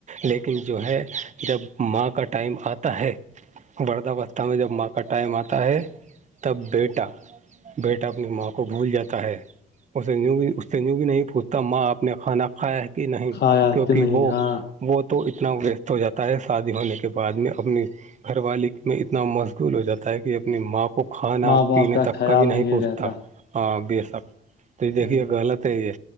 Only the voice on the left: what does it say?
کھایا
کہ نہیں
ہاں
ماں باپ
کا
خیال
رہتا
نہیں